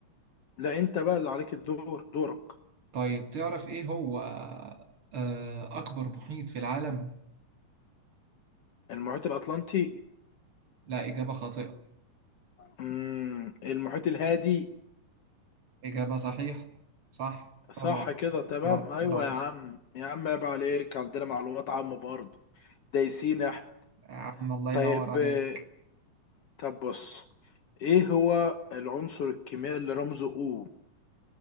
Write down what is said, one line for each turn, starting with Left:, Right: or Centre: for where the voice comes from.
Left: لا أنت بقى اللي عليك الدور دورك
Right: طيب تعرف ايه هو آه... اكبر محيط في العالم
Left: المحيط الأطلنطي
Right: لا إجابة خاطئة
Left: مم. المحيط الهادي
Right: إجابة صحيحة صح
Left: صح
Right: برافو
Left: كده تمام
Right: برا-
Left: ايوه
Right: برافو
Left: يا عم يا عم عيب عليك عندنا معلومات عامة برضه دايسين احنا
Right: يا عم الله ينور
Left: طيب
Right: عليك
Left: آه، طب بص ايه هو العنصر الكيميائي اللي رمزه او